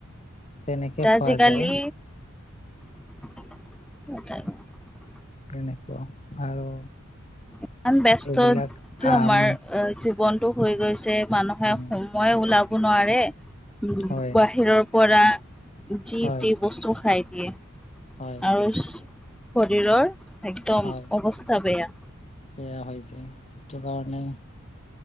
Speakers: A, on the left; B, in the centre.
A: তেনেকে
B: দাজিকালী
A: খোৱা যায়
B: এ
A: এনেকোৱা আৰু
B: ইমান ব্যস্ত
A: এইবিলাক
B: আমাৰ
A: আম
B: জীৱনটো হৈ গৈছে মানুহে
A: উম,
B: সময় ওলাব নোৱাৰে। উম
A: হয়
B: বাহিৰৰ পৰা জি
A: হয়
B: টি বস্তু খাই দিয়ে।
A: হয়
B: আৰু শৰীৰৰ একদম
A: হয়
B: অৱস্থা বেয়া।
A: বেয়া হৈ যায়, সেইটো কাৰণে